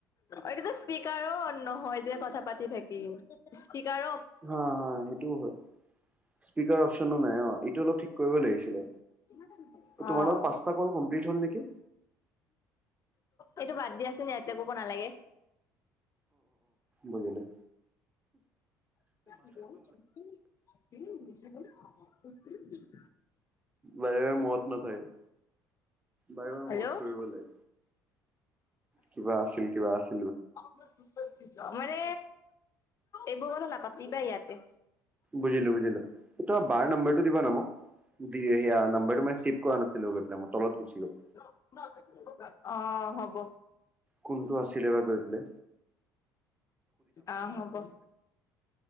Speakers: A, on the left (about 40°); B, on the right (about 15°).
A: এইটোতো, স্পীকাৰো নহয় যে, কথা পাতি থাকিম। স্পীকাৰ
B: হা- হা! সেইটোও হয়। স্পীকাৰ অপচনো নাই, অ'! এইটো অলপ ঠিক কৰিব লাগিছিলে।
A: <unintelligible>
B: এই তোমাৰ
A: অ'! <unintelligible> <unintelligible>
B: লগত পাঁচটা কল কমপ্লিট হ'ল নেকি
A: এইটো বাদ দিয়াচোন, ইয়াতে ক'ব নালাগে।
B: বুজিলোঁ।
A: <unintelligible>
B: বাৰে -বাৰে <unintelligible> নাথাকে। বাৰে-
A: হেল্ল'
B: বাৰে <unintelligible> কৰিবলে। কিবা আছিল, কিবা আছি
A: <unintelligible> মানে, এইবোৰ কথা নাপাতিবা, ইয়াতে।
B: বুজিলোঁ -বুজিলোঁ। তোমাৰ বাৰ নাম্বাৰটো দিবা না মোক? <unintelligible> নাম্বাৰটো মানে, ছেভ কৰা নাছিলোঁ। গৈ পেলাই, তলত গুচি গ'ল।
A: <unintelligible> অ'! হ'ব।
B: কোনটো আছিলে বা গৈ পেলে।
A: অ'! হ'ব। <unintelligible>